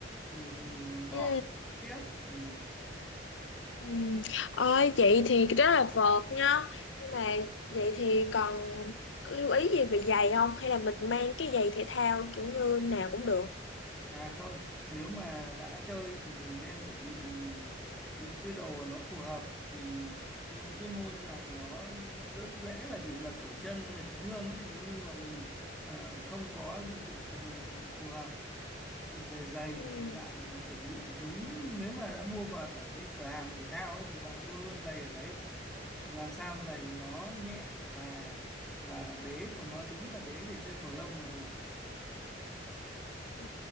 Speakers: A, in the centre; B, on the left (about 85°).
A: thì mình bỏ
B: Ừ.
A: mình chơi tiếp ừ.
B: Ừ. Ôi, vậy thì rất là vợt nhá nhưng mà vậy thì còn lưu ý gì về giày không hay là mình mang cái giày thể thao kiểu như nào cũng được
A: À không, nếu mà đã chơi thì mình nên chuẩn bị những cái đồ nó phù hợp thì cái những cái môn này nó rất dễ là bị lật cổ chân và chấn thương ấy nếu như mà mình ờ, không có dụng cụ cừ- phù hợp thì về giày
B: ừ.
A: thì bạn chuẩn bị đúng nếu mà đã mua vợt ở cái cửa hàng thể thao ấy thì bạn mua luôn giày ở đấy làm sao giày nó nhẹ và và đế của nó đúng là đế để chơi cầu lông là được
B: Ừ.